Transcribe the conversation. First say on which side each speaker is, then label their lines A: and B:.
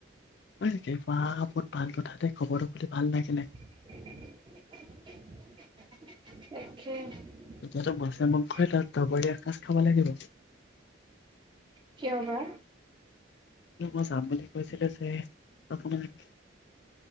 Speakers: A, on the left; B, on the right.
A: হয় নেকি, বা প ভাল কথাতে খবৰটো পালে ভাল লাগে নে।
B: <unintelligible>
A: এতিয়াতো মাছে তাত দগৰি এসাঁজ খাব লাগিব।
B: কিয় বা?
A: কি মই যাম বুলি কৈছিলো যে আপোনাক।